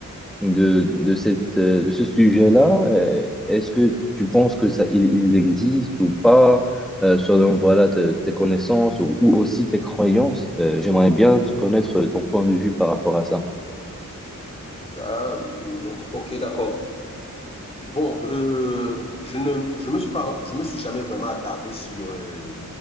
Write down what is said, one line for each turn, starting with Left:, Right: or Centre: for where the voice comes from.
Centre: de, de cette, euh, de ce sujet-là. euh, Est-ce que tu penses que ça, ils, ils existent ou pas, euh, selon voilà, te- tes connaissances ou, ou aussi tes croyances? Euh, j'aimerais bien connaître ton point de vue par rapport à ça.
Left: Ah, mm, ok, d'accord. Bon, euh, je ne, je me suis pas, je me suis jamais vraiment attardé sur euh,